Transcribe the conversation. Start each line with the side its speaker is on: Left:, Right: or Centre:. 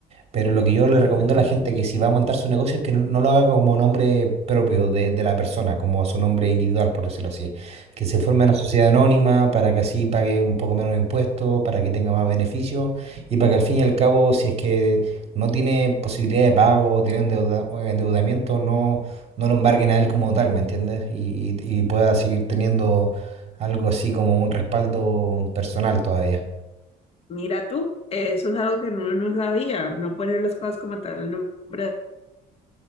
Right: Pero lo que yo le recomiendo
Left: Ujú.
Right: a la gente que si va a montar su negocio es que no, no lo haga como nombre propio de, de la persona, como a su nombre individual, por decirlo así. Que se forme una sociedad anónima para que así pague un poco menos de impuestos, para que tenga más beneficios y para que al fin y al cabo, si es que no tiene posibilidad de pago, o tiene endeuda- o endeudamiento, no, no lo embarguen a él como tal, ¿me entiendes? Y, y y pueda seguir teniendo algo así como un respaldo personal todavía.
Left: Mira tú, eso es algo que uno no sabía, no poner las cosas como tal el nombre